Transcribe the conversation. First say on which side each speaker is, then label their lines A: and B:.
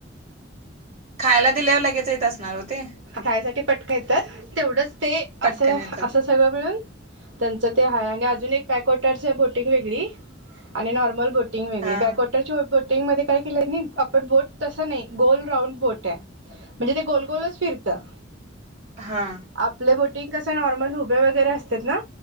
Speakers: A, on the right; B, on the right.
A: खायला दिल्यावर लगेचं येत असणार. ते
B: खायासाठी पटक येतात तर तेवढंच ते
A: पटकन
B: असं-असंच.
A: येतात
B: सगळं मिळून त्यांचं ते आहे, आणि अजून एक बॅकवॉटरच्यां बोटिंग वेगळी. आणि नॉर्मल बोटिंग वेगळी
A: हा
B: बॅक वॉट रच्यां बोटिंग मध्ये काय केलं यांनी, आपण बोट तसं नाही गोल रांऊड बोट आहे. म्हणजे तें गोलगोलचं फिरतं.
A: हां!
B: आपले बोटिंग कसं नॉर्मल हुबे वगैरे असतेत नां,